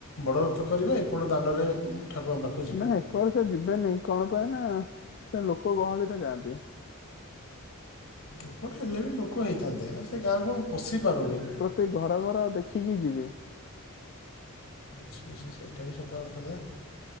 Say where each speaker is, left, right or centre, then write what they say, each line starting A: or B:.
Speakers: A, on the left; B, on the left.
A: ବଡ଼ ରଥ କରିବେ ଏପଟ ଦାଣ୍ଡରେ ଠାକୁରଙ୍କ ପାଖ
B: ନାଇ ଏକର ସେ ଯିବେନି କଣ ପାଇଁ ନା ସେ ଲୋକ ଗହଳିରେ ଯାଆନ୍ତି।
A: ଏପଟେ ହେଲେ ବି ଲୋକ ହେଇଥାନ୍ତେ ସେ ଗାଁ କୁ ପଶି ପାରୁନି।
B: ତେ ଘର ଘର ଦେଖିକି ଯିବେ।
A: ଆଛା ସିଏ ସେଇଟାବି ସତ କଥାଯେ।